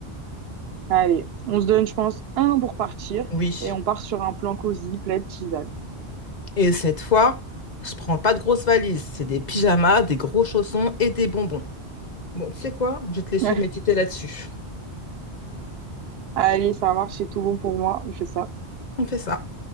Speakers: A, on the right; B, on the left.
A: Allez, on se donne, je pense, un an pour partir
B: Oui.
A: et on part sur un plan cosy, plaid, tisane.
B: Et cette fois, je prends pas de grosses valises, c'est des pyjamas, des gros chaussons et des bonbons. Bon, tu sais quoi, je vais te laisser
A: <laughs>
B: méditer là-dessus.
A: Allez, ça marche, c'est tout bon pour moi, on fait ça.
B: On fait ça.